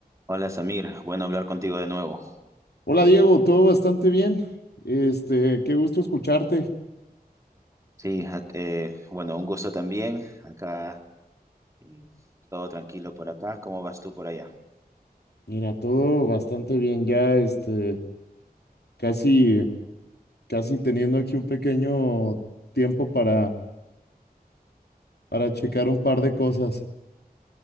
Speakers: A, on the right (about 20°); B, on the left (about 85°).
A: Hola Samir, bueno hablar contigo de nuevo.
B: Hola Diego, todo bastante bien. Este, qué gusto escucharte.
A: Sí, ja- eh, bueno, un gusto también. Acá eh, todo tranquilo por acá. ¿Cómo vas tú por allá?
B: Mira, todo bastante bien. Ya, este, casi, casi teniendo aquí un pequeño tiempo para, para checar un par de cosas.